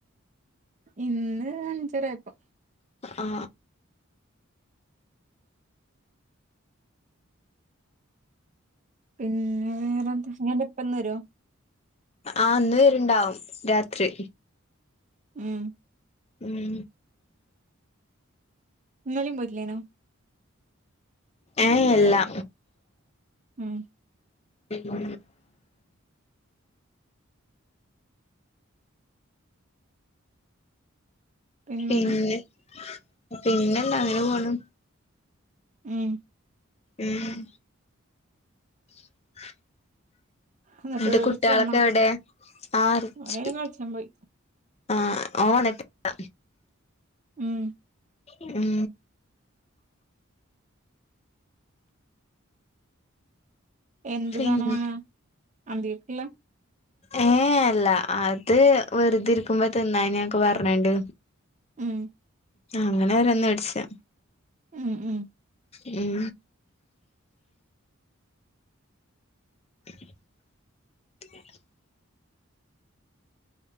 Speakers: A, on the right; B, on the left.
A: ഇന്ന് അഞ്ചരആയപ്പോ
B: ആ
A: പിന്നെ വേറെന്താ ഇഞ് അൻ്റെപ്പന്ന് വരോ
B: ആ ഇന്ന് വരുണ്ടാവും രാത്രി
A: ഉം
B: ഉം
A: ഇന്നലിം പോയ്ട്ടില്ലെനിയോ
B: ഏ ഇല്ലാ
A: ഉം
B: <inaudible>
A: പിന്നെന്ന്
B: പിന്നെ പിന്നെന്താ അങ്ങനെ പോണു
A: ഉം
B: ഉം <inaudible>
A: എന്നിട്ട്
B: ന്നട്ട് കുട്ട്യേളൊക്കെ
A: റിച്ച് വന്നോ
B: എവിടെ ആറ്ച്ച്
A: ഓനയ്ന് കളിച്ചാൻ പോയി
B: ആഹ ഓന് വന്നിട്ടില്ല
A: ഉം
B: ഉം
A: എന്ത്
B: പിന്നെ
A: സാനം വാങ്ങ അന്ദികക്ക്ള്ള
B: ഏ അല്ല അത് വെറുതിരിക്കുമ്പോ തിന്നാനൊക്കെ പറഞാണ്ട്
A: ഉം
B: അങ്ങനെ ഓരോന്ന് വെടിച്ച
A: ഉം ഉം
B: ഉം <inaudible>